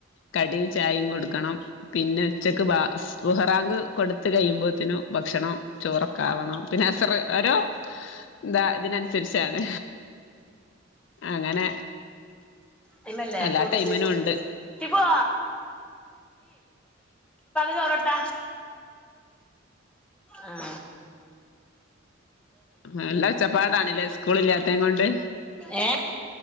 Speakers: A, on the left; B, in the centre.
A: കടിയും ചായയും കൊടുക്കണം പിന്നെ ഉച്ചക്ക് ബാ ളുഹറാങ്ക് കൊടുത്ത് കഴിയുമ്പോത്തിനും ഭക്ഷണം ചോറ ആവണം പിന്നെ അസർ ഓരോ ന്താ ഇതിനനുസരിച്ചാണ് അങ്ങനെ
B: പിന്നല്ലെ
A: എല്ലാ
B: തോട്ട്
A: ടൈമിനും
B: ക്കേക്കും
A: ഉണ്ട്
B: സിവോ ചോറൊട്ത്ത ആ
A: നല്ല ഒച്ചപ്പാടാണല്ലേ സ്കൂളില്ലാ ത്തേ കൊണ്ട്
B: ഏ